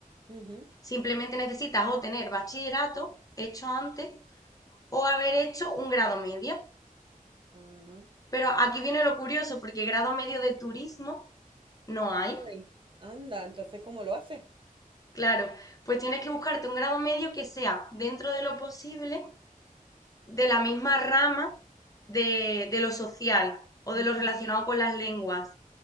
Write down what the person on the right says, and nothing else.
ujú,
ajá.
Ay, anda, entonces, ¿cómo lo hace?
Mm,